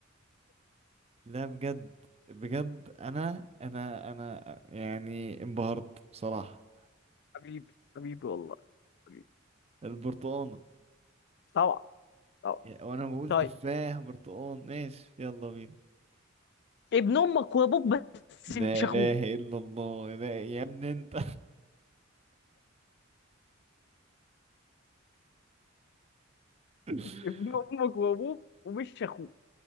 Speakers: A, on the right; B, on the left.
A: لا بجد بجد انا انا انا يعني انبهرت بصراحة
B: حبيبي حبيبي والله حبيبي
A: البرتقانة
B: طبعا طبعا
A: يا- وانا بقول
B: طيب
A: تفاح برتقان ماشي يلا بينا
B: ابن امك وابوك بس
A: لا
B: مش اخوك
A: اله الا الله لا يا ابني انت <laughs>
B: ابن امك وابوك ومش اخوك